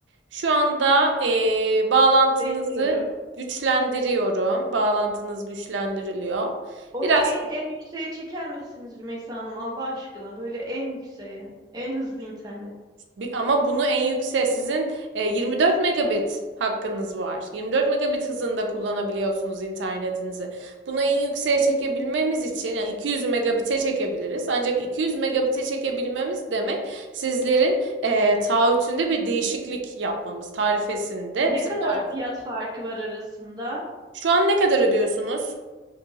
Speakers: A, on the right; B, on the right.
A: Şu anda eee, bağlantınızı
B: Bekliyorum.
A: güçlendiriyorum. Bağlantınız güçlendiriliyor.
B: Onu
A: Biraz
B: en en yükseğe çeker misiniz Rümeysa Hanım Allah aşkına? Böyle en yükseğe. En hızlı internet.
A: bi- ama bunu en yüksek sizin e, 24 megabit hakkınız var. 24 megabit hızında kullanabiliyorsunuz internetinizi. Bunu en yükseğe çekebilmemiz için yani 200 megabit'e çekebiliriz. Ancak 200 megabit'e çekebilmemiz demek sizlerin e, taahhütünde bir değişiklik yapmamız, tarifesinde
B: Ne
A: bizim
B: kadar
A: de olmamız.
B: fiyat farkı var arasında?
A: Şu an ne kadar ödüyorsunuz?